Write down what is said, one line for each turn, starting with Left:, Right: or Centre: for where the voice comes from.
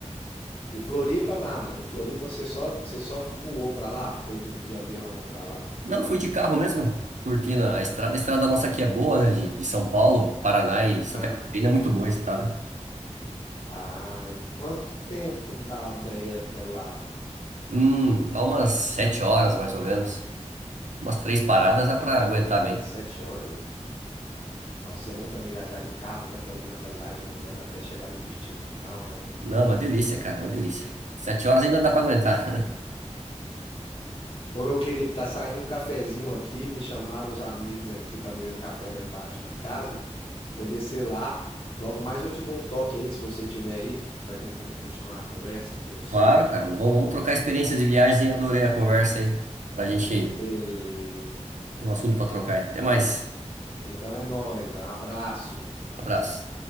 Left: E Floripa nada. Floripa você só, você só voou pra lá? Foi de, de avião pra lá?
Right: Não, fui de carro mesmo, curtindo a estrada. A estrada nossa aqui é boa, né? De, de São Paulo, Paraná e Santa
Left: Ah,
Right: Catarina, é muito boa a estrada.
Left: ah, e quanto tempo dá daí até lá?
Right: Hum, dá umas sete horas mais ou menos. Umas três paradas dá pra aguentar bem.
Left: Sete horas. Nossa, e é bom também viajar de carro, né? Pra ir vendo a paisagem mudando até chegar no destino final, né?
Right: Não, uma delícia, cara, uma delícia. Sete horas ainda dá pra aguentar.
Left: Ô, meu querido, tá saindo um cafezinho aqui. Me chamaram uns amigos aqui pra beber o café lá embaixo na casa. Vou descer lá. Logo mais eu te dou um toque aí, se você tiver aí, pra gente con- continuar a conversa, como sempre.
Right: Claro, cara. Vamos, vamos trocar experiências de viagem. Adorei a conversa aí. Pra gente
Left: Beleza.
Right: ter um assunto pra trocar. aí. Até mais.
Left: Então é nóis, um abraço.
Right: Abraço.